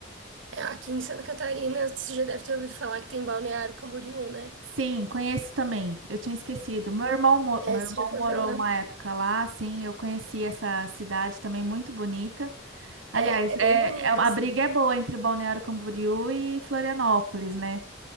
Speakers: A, on the right; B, on the right.
A: É, aqui em Santa Catarina, você já deve ter ouvido falar que tem Balneário Camboriú, né?
B: Sim, conheço também. Eu tinha esquecido. Meu irmão, mo-
A: É,
B: meu
A: você
B: irmão
A: já foi
B: morou
A: pra lá?
B: uma época lá, sim, eu conheci essa cidade também muito bonita. Aliás,
A: É, é
B: é,
A: bem bonito,
B: é- a
A: assim.
B: briga é boa entre Balneário Camboriú e Florianópolis, né?